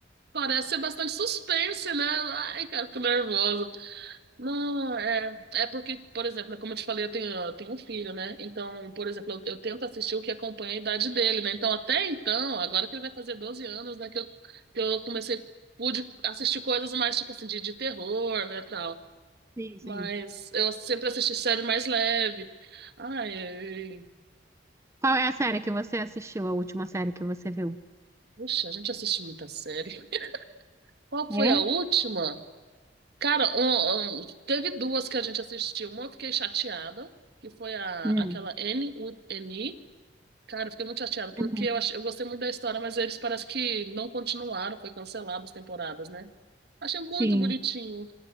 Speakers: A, on the right; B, on the right.
A: Parece ser bastante suspense, né? Ai, cara, fico nervosa. Não, é, é porque, por exemplo, né, como eu te falei, eu tenho, eu tenho um filho, né? Então, por exemplo, eu, eu tento assistir o que acompanha a idade dele, né? Então, até então, agora que ele vai fazer 12 anos, né? Que eu, que eu comecei, pude assistir coisas mais, tipo assim, de, de terror, né? Tal.
B: Sim, sim.
A: Mas eu sempre assisti série mais leve. Ai, ai.
B: Qual é a série que você assistiu, a última série que você viu?
A: Puxa, a gente assiste muita série. <laughs> Qual
B: É?
A: foi a última? Cara, um- um, teve duas que a gente assistiu. Uma eu fiquei chateada, que foi a,
B: Hum.
A: aquela N, U, N. I. Cara, eu fiquei muito chateada, porque
B: Uhum.
A: eu, achei, eu gostei muito da história, mas eles parece que não continuaram, foi cancelado as temporadas, né? Achei muito
B: Sim.
A: bonitinho.